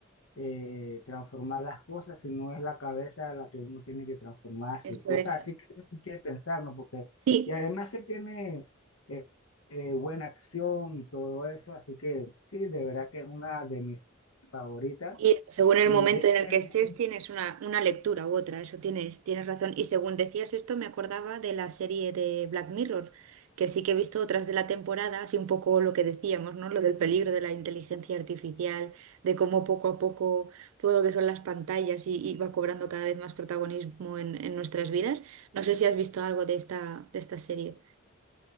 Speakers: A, on the left (about 80°); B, on the right (about 80°).
A: eh, transformar las cosas, sino es la cabeza la que uno tiene que transformarse,
B: Eso
A: y cosas
B: es.
A: así que hay que pensar, ¿no? Porque,
B: Sí.
A: y además que tiene eh, eh, buena acción y todo eso, así que sí, de verdad que es una de mis favoritas.
B: Y eso, según el
A: Y
B: momento
A: de ese,
B: en el que estés, tienes una, una lectura u otra, eso tienes, tienes razón. Y según decías esto, me acordaba de la serie de Black Mirror, que sí que he visto otras de la temporada, así un poco lo que decíamos, ¿no? Lo del peligro de la inteligencia artificial, de cómo poco a poco todo lo que son las pantallas y, y va cobrando cada vez más protagonismo en, en nuestras vidas. No sé si has visto algo de esta, de esta serie.